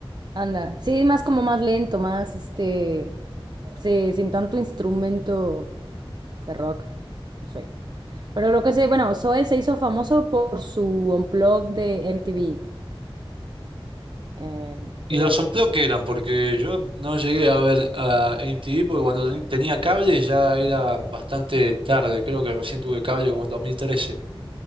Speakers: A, on the right (about 50°); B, on the right (about 65°).
A: Anda. Sí, más como más lento, más este. Sí, sin tanto instrumento de rock. No sé. Pero lo que sé, bueno, Zoe se hizo famoso por su unplug de MTV. Eh,
B: Y
A: igual.
B: los unplugged que eran, porque yo no llegué a ver a MTV porque cuando ten- tenía cable ya era bastante tarde, creo que recién tuve cable como en dos mil trece